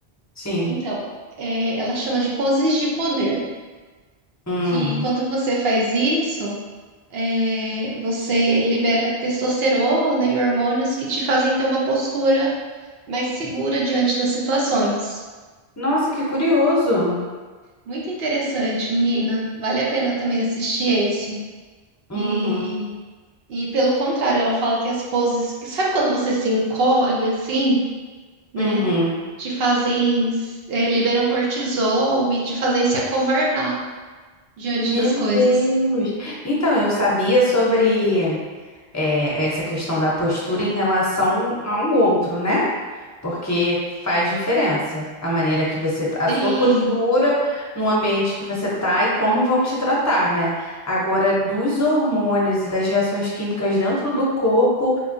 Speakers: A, on the left; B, on the right.
A: sim.
B: Então, é, ela chama de poses de poder,
A: Hum.
B: que quando você faz isso, é, você libera testosterona e hormônios que te fazem ter uma postura mas segura diante das situações.
A: Nossa, que curioso.
B: Muito interessante, menina. Vale a pena também assistir esse.
A: Uhum,
B: E, e pelo contrário, ela fala que as poses. que- Sabe quando você se encolhe assim, né?
A: uhum.
B: Te fazem. eh, liberam cortisol e te fazem se acovardar diante
A: Meu
B: das coisas.
A: Deus. Então, eu sabia sobre é, essa questão da postura em relação ao outro, né? Porque faz diferença a maneira que você, tá, a
B: Sim,
A: sua postura no ambiente que você tá e como vão te tratar, né? Agora, dos hormônios e das reações químicas dentro do corpo,